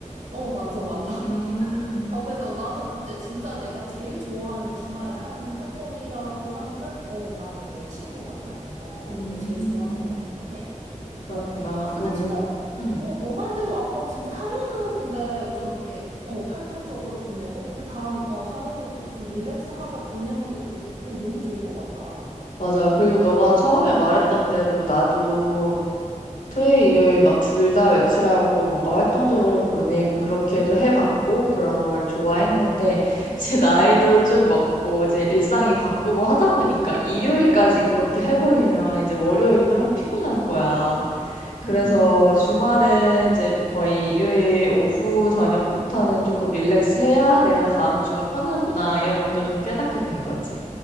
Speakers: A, on the right; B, on the left.
A: 어, 맞아, 맞아. <laughs>
B: <laughs> 음,
A: 어, 그래서 나는 이제 진짜 내가 제일 좋아하는 주말에 하는 활동이라고 하면은, 어, 나는 뭐 친구 만나는 거를
B: 음,
A: 제일 좋아하는 것 같기는 해.
B: 그렇구나.
A: 어. 아, 근데
B: 그러면,
A: 진짜,
B: 음.
A: 어, 너 말대로 아까 진짜 하루는 근데 좀 이렇게, 어, 활동적으로 보내고, 그 다음, 어, 하루는 또 좀 릴렉스하게 보내는 것도, 어, 너무 좋은 것 같다.
B: 맞아. 그리고 너가 처음에 말했던 대로 나도 토요일, 일요일 막 둘 다 외출하고 뭔가 활동적으로 보내고 그렇게도 해봤고 그런 걸 좋아했는데 이제 <laughs> 나이도 좀 먹고 이제 일상이 바쁘고 하다 보니까 일요일까지 그렇게 해버리면 이제 월요일이 너무 피곤한 거야. 그래서
A: 음,
B: 주말은 이제 거의 일요일 오후 저녁부터는 조금 릴렉스 해야 내가 다음 주가 편하구나 이런 것도 좀 깨닫게 된 거지.